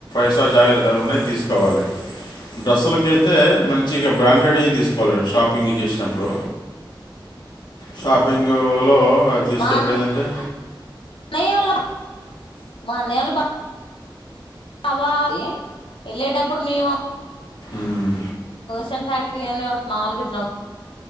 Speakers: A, on the left (about 65°); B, on the left (about 80°).
A: ఎస్ట్రా జ ఉన్నాయి తీసుకోవాలి డ్రెస్సులకయితే మంచి మచ్చిగా బ్రాండెడ్ తీసుకోవాల షాపింగ్ చేసినప్పుడు షాపింగ్ లో తీసేటప్పుడు
B: మా
A: ఏందంటే
B: <inaudible> అబ వెళ్ళేటప్పుడు మేము
A: "మ్మ్,
B: స్ ఫ్యాక్టరీ అనే ఒ మామూలు గిట్ల